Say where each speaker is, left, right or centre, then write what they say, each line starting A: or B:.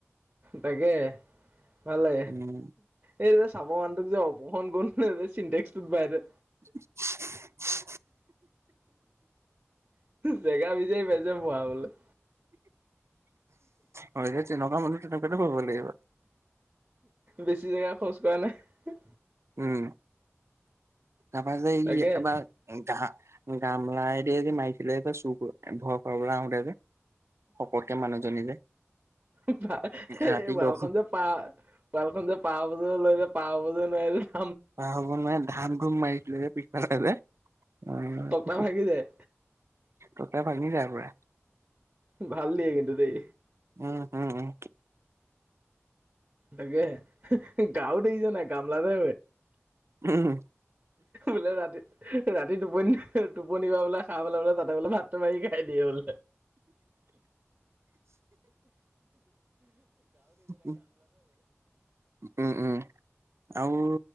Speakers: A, on the right; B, on the right.
A: তাকে ভালে।
B: উম,
A: এই চাব মানুহোক যে অপহণ গোন চিটেক্সটোত বাইৰে।
B: <inaudible>
A: জেগা বিজাৰি বেছে ভৰাবলৈ।
B: হয় যে তেনেকুৱা মানুহ তেনেকুৱো ভাব লাগিব।
A: বেছি জেগা খৰচ কৰা নাই।
B: উম গাবা যায়
A: তাকে
B: এবাৰ গাহ গামলা এ য মাইছিলে চু ভয় খাব গো যে সকতকে মানুহজনী যে।
A: ৱালখনন
B: ৰাতি দৰ্শন
A: যে পাহ ৱালখনন যে পাহ বজ লৈ পাহ <unintelligible> <unintelligible>
B: খ হ'ব নোৱাৰে ধান ধুম মাৰিছিলে যে পিছফালে যে আহ
A: তক্তা
B: <unintelligible>
A: ভাগি যায়
B: ত তাই ভাগনি ত পৰা।
A: ভাল নিয়ে কিন্তু দেই।
B: উম উম উম।
A: তাকে গাৱতছ নাই কামলাতে।
B: উম।
A: বোলে ৰাতি ৰাতি টোপনি টোপনিবা বোলে খাব বেললে বোলে তাতে বোলে ভাত। তোমাৰ খাই দিয়ে বল
B: উ উম উম আৰু